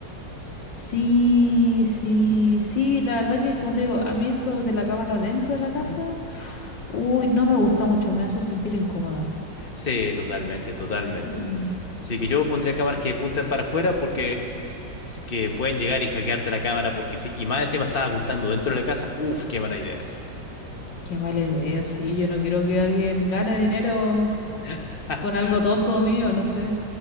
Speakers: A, on the left; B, on the left.
A: sí, sí, sí, la verdad que como te digo, a mí esto de la cámara dentro de la casa
B: Ujú.
A: Uy, no me gusta mucho, me hace sentir incómoda.
B: Sí, totalmente, totalmente.
A: Mm,
B: Así que yo pondría cámaras que apuntan para afuera porque es que pueden llegar y hackearte la cámara porque sí. Y más encima estaba apuntando dentro de la casa. Uf, qué mala idea eso.
A: qué mala idea, sí. Yo no quiero que alguien gane dinero
B: <laughs>
A: con algo tonto mío, no sé.